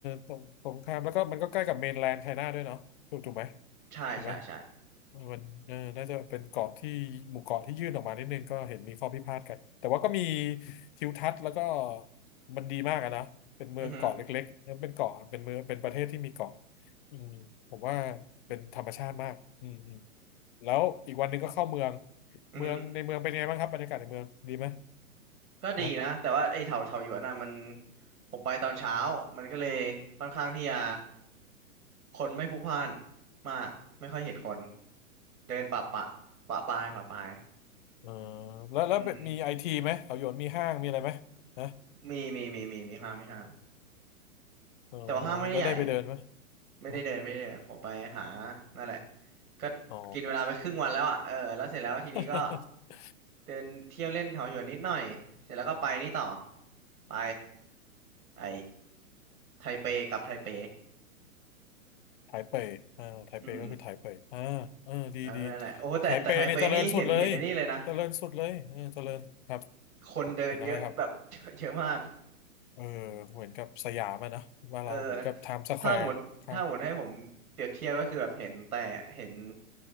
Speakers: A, on the left (about 40°); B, on the right (about 85°).
A: ตรงตรงข้ามแล้วก็มันก็ใกล้กับเมนแลนด์ไชน่าด้วยเนาะถูกถูกไหม
B: ใช่ใช่ใช่
A: ถูกไหมเออมันเออน่าจะเป็นเกาะที่หมู่เกาะที่ยื่นออกมานิดนึงก็เห็นมีข้อพิพาทกันแต่ว่าก็มีทิวทัศน์แล้วก็มันดีมากอะนะเป็นเมืองเกาะเล็กๆแล้วเป็นเกาะเป็นเมืองเป็นประเทศที่มีเกาะ
B: อือฮึ
A: อืมผมว่าเป็นธรรมชาติมากอืมอืมแล้วอีกวันหนึ่งก็เข้าเมือง
B: อือฮึ
A: เมืองในเมืองเป็นไงบ้างครับบรรยากาศในเมืองดีไหม
B: ก็ดีนะแต่ว่าไอ้เถาเถาหยวนน่ะมัน
A: นะ
B: ผมไปตอนเช้ามันก็เลยค่อนข้างที่จะคนไม่พลุกพล่านมากไม่ค่อยเห็นคนเดินปะปะปะปายปะปาย
A: เออแล้วแล้วมีไอทีไหมแถวโยนมีห้างมีอะไรไหมนะ
B: อืมมีมีมีมีมีห้างมีห้าง
A: อ๋อ
B: แต่ว่าห้างไม่ได้ใหญ่
A: แล้วได้ไปเดินไหม
B: ไม่ได้เดินไม่ได้เดินผมไปหา
A: นะ
B: นั่นแหละก็กินเวลาไปครึ่งวันแล้วอ่ะเออแล้วเสร็จแล้วทีนี้ก็
A: อ๋อ <laughs>
B: เดินเที่ยวเล่นเถาหยวนนิดหน่อยเสร็จแล้วก็ไปนี่ต่อไปไอไทเปกับไทเป
A: ไถเป่ยอ่าไถเป่ยก็คือไถเป่ยอ่าเออดีดี
B: อืมเออนั่นแหละโอ้โหแต่แต่ไทเปนี่เห็นเห็นไอ้นี่เลยนะ
A: ไถเป่ยเนี่ยเจริญสุดเลยเจริญสุดเลยเออเจริญครับ
B: คนเดินเยอะแบบ
A: เห็นอะไรครับ
B: <laughs> เยอะมาก
A: เออเหมือนกับสยามอะนะว่านเราเหมือนกับไทม์สแควร์ค่ะ
B: เออถ้าหมดถ้าหมดให้ผมเปรียบเทียบก็คือแบบเห็นแต่เห็น